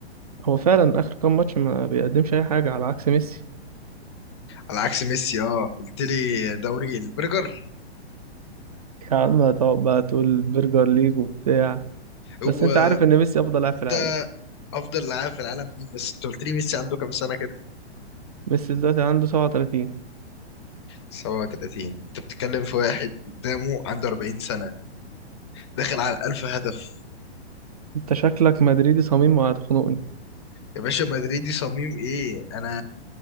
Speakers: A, on the right (about 35°); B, on the left (about 25°).
A: هو فعلا اخر كام ماتش ما بيقدمش اي حاجه على عكس ميسي
B: على عكس ميسي اه قلت لي دوري البرجر
A: يا عم تقعد بقى تقول برجر ليج وبتاع بس
B: هو
A: انت عارف ان ميسي افضل لاعب في
B: انت
A: العالم
B: افضل لاعب في العالم مين بس انت قلت لي ميسي عنده كام سنه كده
A: ميسي دلوقتي عنده 37
B: 37 انت بتتكلم في واحد قدامه عنده 40 سنه داخل على 1000 هدف
A: انت شكلك مدريدي صميم وهتخنقني
B: يا باشا مدريدي صميم ايه انا